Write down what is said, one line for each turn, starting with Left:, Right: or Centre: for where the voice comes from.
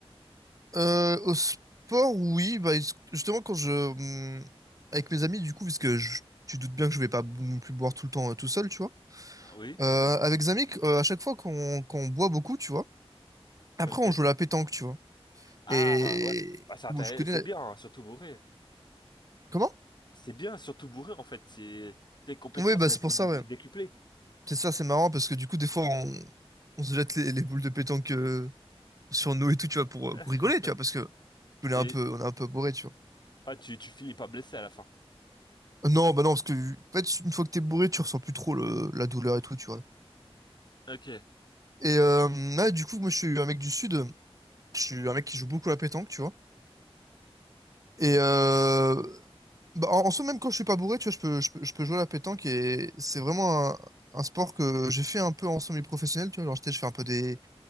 Right: Euh, au sport, oui, bah, est-ce que- justement, quand je, hum, avec mes amis, du coup, puisque je, tu doutes bien que je vais pas b- non plus boire tout le temps euh, tout seul, tu vois.
Left: Ah oui,
Right: Euh,
Left: totalement.
Right: avec Zamik, euh, à chaque fois qu'on qu'on boit beaucoup, tu vois, après
Left: Ok.
Right: on joue à la pétanque, tu vois.
Left: Ah
Right: Et...
Left: ouais. Ah, c'est intéress-
Right: Bon, tu connais
Left: c'est bien,
Right: la-
Left: hein, surtout bourré.
Right: Comment?
Left: C'est bien, surtout bourré, en fait. C'est... Tes compétences,
Right: Oui, bah
Left: elles
Right: c'est
Left: sont
Right: pour
Left: du-
Right: ça, ouais.
Left: décuplées.
Right: C'est ça, c'est marrant, parce que du coup, des fois, on, on se jette les, les boules de pétanque euh, sur nous et tout, tu vois, pour,
Left: <laughs>
Right: euh, pour rigoler, tu vois, parce que on
Left: Mais
Right: est un peu, on est un peu bourré, tu vois.
Left: ah, tu, tu finis pas blessé à la fin.
Right: Euh, Non, bah non, parce que en fait, une fois que t'es bourré, tu ressens plus trop le- la douleur et tout, tu vois.
Left: Ok.
Right: Et euh, là, du coup, moi, je suis un mec du Sud, je suis un mec qui joue beaucoup à la pétanque, tu vois. Et
Left: Ok.
Right: euh, bah, en, en soi, même quand je suis pas bourré, tu vois, je peux, je peux, je peux jouer à la pétanque et c'est vraiment un, un sport que j'ai fait un peu en semi-professionnel, tu vois. Genre, j'étais- je fais un peu des,